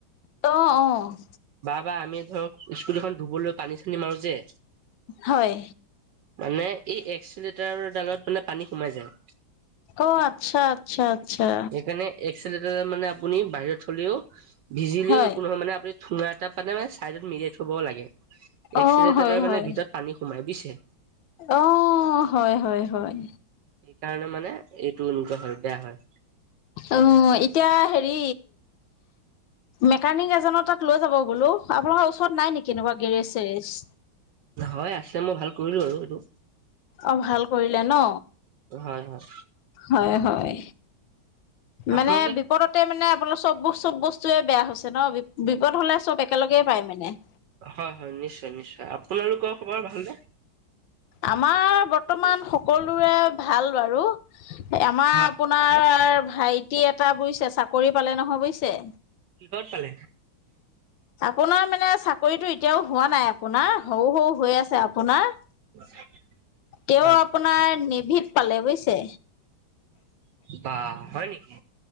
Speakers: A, on the left; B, on the right.
A: অ', অ'।
B: বা বা আমি ধৰক স্কুটি খন ধুবলৈ পানী চানী মাৰো যে।
A: হয়।
B: মানে এই এক্সলিটাৰ ডালত মানে পানী সোমাই যায়।
A: অ', আচ্ছা আচ্ছা আচ্ছা।
B: সেইকাৰণে এক্সলেটাৰদাল মানে আপুনি বাহিৰত হলেও ভিজিলেও
A: হয়
B: একো নহয় মানে আপুনি থোঙা এটা মানে মানে চাইডত মিৰিয়াই থব লাগে,
A: অ
B: এক্সিলেটৰদালত
A: হয়
B: মানে
A: হয়
B: ভিতৰত পানী সোমাই বুজিছে।
A: অ', হয় হয় হয়।
B: সেইকাৰণে মানে এইটো এনেকুৱা হয় বেয়া হয়।
A: অ', এতিয়া হেৰি মেকানিক এজনৰ তাক লৈ যাব বোলো, আপোনালোকৰ ওচৰত নাই নেকি এনেকবা গেৰেজ চেৰেজ?
B: হয় আছে, মই ভাল কৰিলো আৰু সেইটো।
A: অ', ভাল কৰিলে ন,
B: হয় হয়
A: হয় হয়।
B: আপোনালোকে
A: মানে বিপদত তে মানে আপোনালোকৰ চব চব বস্তুৱে বেয়া হৈছে ন, বিপদ হলে চব একেলগে পায় মানে।
B: হয় হয় নিশ্চয় নিশ্চয়, আপোনালোকৰ খবৰ ভালনে?
A: আমাৰ বৰ্তমান সকলোৰে ভাল বাৰু, আমাৰ
B: হয়
A: আপোনাৰ ভাইটি এটা বুজিছে চাকৰি পালে নহয় বুজিছে।
B: কিহত পালে?
A: আপোনাৰ মানে চাকৰিতটো এতিয়াও হোৱা নাই, আপোনাৰ সৰু সৰু হৈ আছে আপোনাৰ।
B: <inaudible>
A: তেওঁ
B: হয়
A: আপোনাৰ নেভিত পালে বুজিছে।
B: বাহ', হয় নেকি?